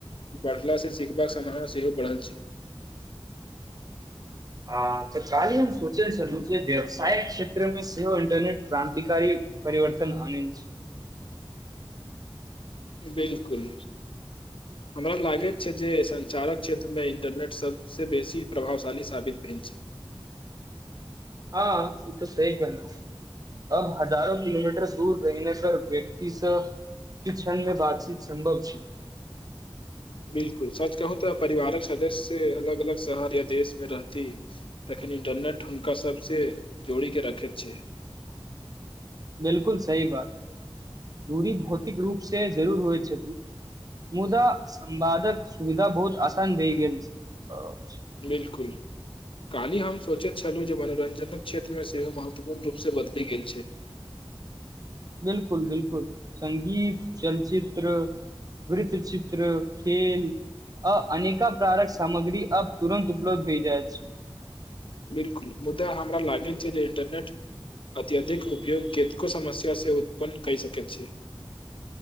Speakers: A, on the left; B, on the right.
A: बढ़ला से सिखबाक समावना सेहो बढ़ल छै।
B: ह तऽ कालहि हम सोच छलहुँ जे व्यवसायक क्षेत्रमे सेहो इंटरनेट क्रान्तिकारी परिवर्तन आनल छै।
A: बिलकुल हमरा लागैत छै जे सञ्चारक क्षेत्रमे इंटरनेट सभसँ बेसी प्रभावशाली साबित भेल छै।
B: हँ ई तो सी कहल अब हजारो किलोमीटर दूर रहहिने पर व्यक्तिसँ क्षण मे बातचीत सम्भव छै।
A: बिलकुल सच कहू तऽ परिवारक सदस्य अलग अलग शहर या देशमे रहती तखन इन्टरनेट हुनका सभसँ जोड़ि के रखैत छै।
B: बिलकुल सही बात दूरी भौतिक रूप से जरूर होइ छथि मुदा संवादक सुविधा बहुत आसान भए गेल छै। अछि
A: बिलकुल। क्हि हम सोचैत छलहुँ जे मनोरञ्जनक क्षेत्रमे सेहो महत्वपूर्ण रूपसँ बदलि गेल छै।
B: बिलकुल बिलकुल सगीत चलचित्र वृत चित्र खेल आ अनेका प्रारक सामग्री आ तुरन्त उपलब्ध होइ जाय छै।
A: बिलकुल मुद्दा हमरा लागैत छै जे इन्टरनेट अत्यधिक उपयोग कतको समस्या से उत्पन्न कहि सकैत छै।